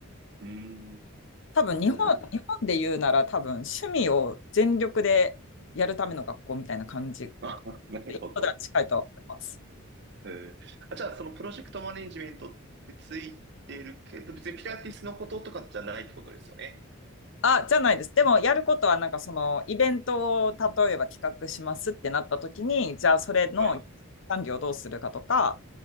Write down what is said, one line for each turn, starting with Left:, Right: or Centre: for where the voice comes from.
Right: うーん。
Left: 多分日本、
Right: なるほ
Left: 日本で言うなら多分趣味を全力でやるための学校みたいな感じ。
Right: ど。あ、<laughs> なるほど。
Left: 人では近いとは思います。
Right: えー、あ、じゃあ、そのプロジェクトマネジメントってついてるけど、別にピラティスのこととかじゃないってことですよね。
Left: あ、じゃないです。でもやることはなんかそのイベントを例えば企画しますってなった時に、じゃあそれの管理をどうするかとか、
Right: はい。